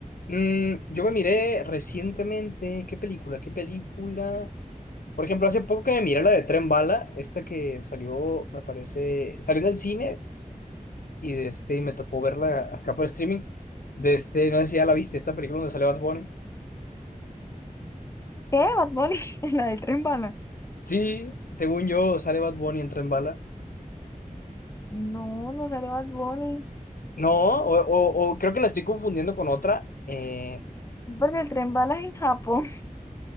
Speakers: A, on the left (about 75°); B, on the left (about 20°).
A: Mm, yo me miré recientemente, ¿qué película? ¿Qué película? Por ejemplo, hace poco que me miré la de Tren Bala, esta que salió, me parece, salió en el cine, y de este, y me tocó verla acá por streaming. De este, no sé si ya la viste, esta película donde sale Bad Bunny.
B: ¿Qué? Bad Bunny, <laughs> la del tren bala.
A: Sí, según yo, sale Bad Bunny, entra en bala.
B: No, no sale Bad Bunny.
A: No, o, o- o creo que la estoy confundiendo con otra. Eh,
B: Porque el tren bala es en Japón.